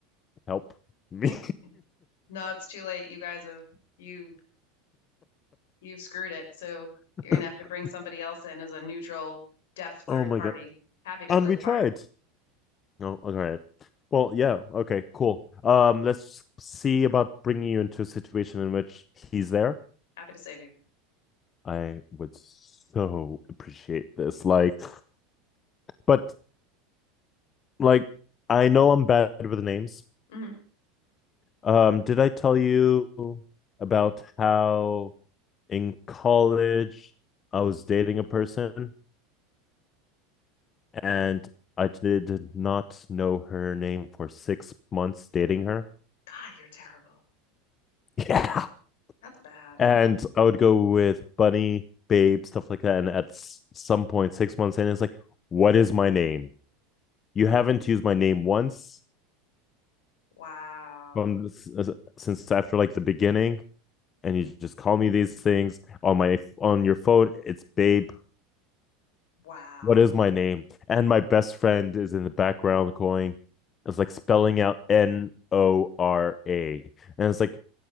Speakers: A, on the left; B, on the left.
A: help me.
B: <laughs> No, it's too late. You guys have you you've screwed it. So
A: <laughs>
B: you're gonna have to bring somebody else in as a neutral, deaf third
A: oh my
B: party.
A: god.
B: Happy to
A: And
B: play
A: we
B: the part.
A: tried. Oh, all right. Well, yeah. Okay, cool. Um, let's see about bringing you into a situation in which he's there.
B: Happy to save you.
A: I would so appreciate this. Like, but like, I know I'm bad with names.
B: hmm
A: Um, did I tell you about how in college I was dating a person and I did not know her name for six months dating her?
B: God, you're terrible.
A: Yeah. <laughs>
B: That's bad.
A: And I would go with Bunny, Babe, stuff like that. And at some point, six months in, it's like, what is my name? You haven't used my name once
B: Wow.
A: from this, since after like the beginning, and you just call me these things on my on your phone. It's Babe.
B: Wow.
A: What is my name? And my best friend is in the background going, it's like spelling out N O R A, and it's like